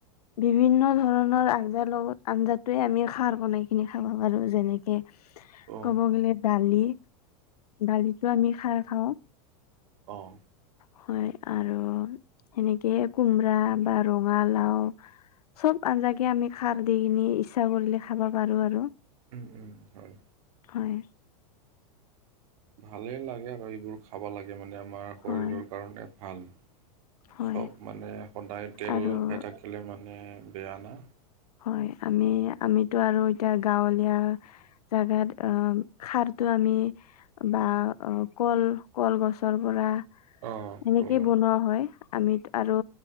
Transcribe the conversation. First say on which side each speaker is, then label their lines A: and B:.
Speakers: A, on the left (about 85°); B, on the right (about 65°).
A: বিভিন্ন ধৰণৰ আঞ্জাৰ লগত আঞ্জাটোৱে আমি খাৰ বনাই কিনি খাব পাৰো যেনেক। কে,
B: অ
A: ক'ব গ'লে দালি দালিতো আমি খাই খাওঁ।
B: অহঁ।
A: হয়, আৰু সেনেকে কোমৰা বা ৰঙালাও। চব আঞ্জাকে আমি খাৰ দি কিনি ইচ্ছা কৰিলে খাব পাৰো আৰু।
B: উম উম হয়।
A: হয়।
B: ভালেই লাগে আৰু এইবোৰ খাব লাগে মানে আমাৰ শৰীৰৰ
A: হয়
B: কাৰণে ভাল।
A: হয়
B: চব মানে সদায় তেল
A: আৰু
B: খাই থাকিলে মানে বেয়া না।
A: হয়, আমি আমিতো আৰু এতিয়া গাঁৱলীয়া। জাগাত অ খাৰতটো আমি। বা অ কল কলগছৰ পৰা
B: অ
A: এনেকেই
B: ক'লো
A: বনোৱা হয়। আমিত আৰু